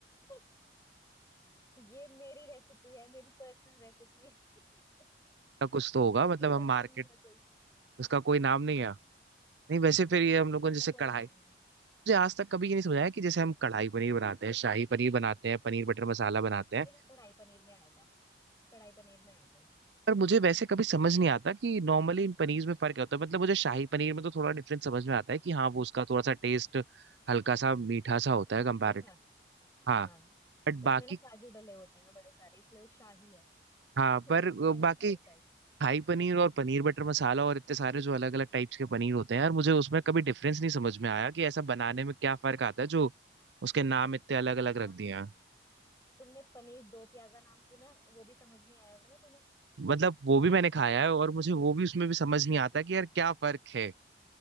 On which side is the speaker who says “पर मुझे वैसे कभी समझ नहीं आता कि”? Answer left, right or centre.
Right